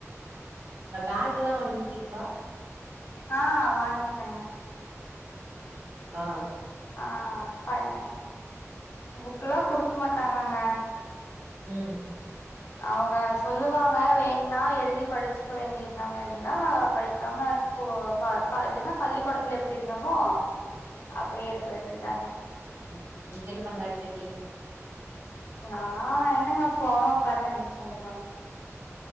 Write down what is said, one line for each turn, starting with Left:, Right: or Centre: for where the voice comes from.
Right: இந்த பேக் எல்லா வாங்கிட்டீங்ளா
Left: ஆ வாங்கிட்டங்க
Right: இருக்கீங்ளா
Left: ஆ பைய புக்குல்லா குடுக்க மாட்டாங்கங்க
Right: ம்
Left: அவங்க சொல்லுவாங்க வேன்ணா எழுதி படிச்சிக்க வேண்டிய தா இல்லின்னா படிக்காம ஸ்கூ கோ பா கா இது என்ன பள்ளிக்கூடத்துல எப்படி இருந்தமோ அப்படியே இருக்க வேண்டியதாங்க
Right: ம் நீங்க என்ன பண்லான்ட்டு இருக்கீங்க
Left: நா என்னங்க போவ உக்காருவ எந்திருச்சி வந்துருவங்க